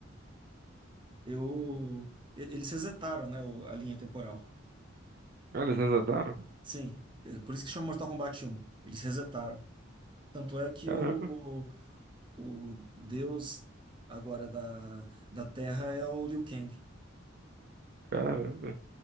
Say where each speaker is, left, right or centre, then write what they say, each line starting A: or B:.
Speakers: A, on the right; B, on the right.
A: eu. e- Eles resetaram, né, o- a linha temporal.
B: Ah, eles resetaram?
A: Sim, é por isso que chama Mortal Kombat um. Eles resetaram. Tanto é que
B: Caramba,
A: o, o, o deus agora da, da Terra é o Liu Kang.
B: caramba.